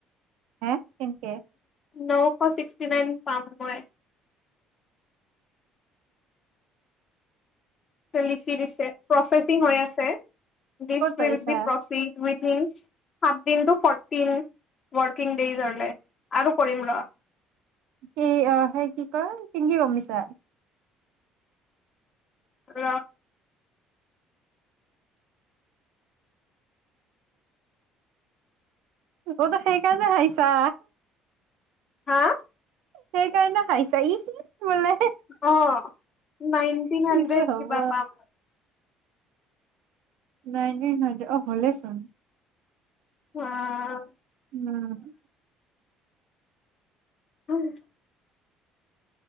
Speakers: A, on the right; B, on the left.
A: হে কেনকে?
B: নশ ছিক্সটি নাইন পাম মই। লিখি দিছে, প্ৰচেছ ৰিং হৈ আছে। ডছ
A: ক'ত পাইছা
B: উইল be proceed with to ফটিন working days হ'লে, আৰু কৰিম ৰ'।
A: কি হে কি কয় কিনকে গমিছা?
B: <unintelligible>
A: ক'ত সেইকাৰণে আহিছা।
B: হা
A: সেইকাৰণে খাইছা ই বোলে
B: অ' নাইনটিন
A: কি
B: হাণ্ড্ৰেড
A: যে হ'ব
B: কিবা পাম।
A: নাই নাই নাই অ' হ'লেইচোন।
B: অ'
A: উম।
B: অ'।